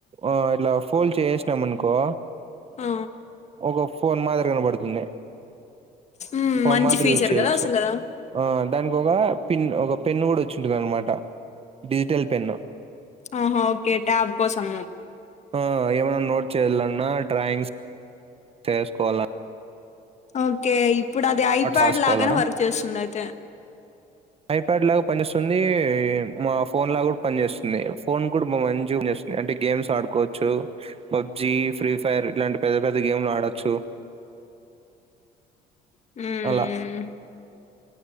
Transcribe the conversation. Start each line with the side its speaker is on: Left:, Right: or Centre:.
Right: ఆ ఇట్లా ఫోల్డ్ చేసేసినాం అనుకో
Left: ఆ
Right: ఒక ఫోన్ మాదిరి కనపడుతుంది
Left: ఉమ్
Right: ఫోన్
Left: మంచి
Right: మాదిరి
Left: ఫీచర్
Right: యూజ్ చేయొచ్చు
Left: కదా అసలు
Right: దానికి ఒక పిన్ ఒక పెన్ కూడా వచ్చింటుంది అనమాట డిజిటల్ పెన్
Left: ఆహా ఓకే ట్యాబ్ కోసము
Right: ఆ ఏమైన్నా నోట్ చేయాలన్నా డ్రాయింగ్స్ చేసుకోవాల
Left: ఓకే ఇప్పుడు అది ఐప్యాడ్
Right: రాసుకోవాలన్నా
Left: లాగానే వర్క్ చేస్తుంది అయితే
Right: ఐప్యాడ్ లాగా పనిస్తుంది మా ఫోన్ లాగా కూడా పనిచేస్తుంది ఫోన్ కూడా మంచి జూమ్ చేస్తుంది అంటే గేమ్స్ ఆడుకోవచ్చు పబ్జి ఫ్రీ ఫైర్ ఇలాంటి పెద్ద పెద్ద గేమ్లు ఆడొచ్చు
Left: ఉమ్
Right: అలా
Left: మ్మ్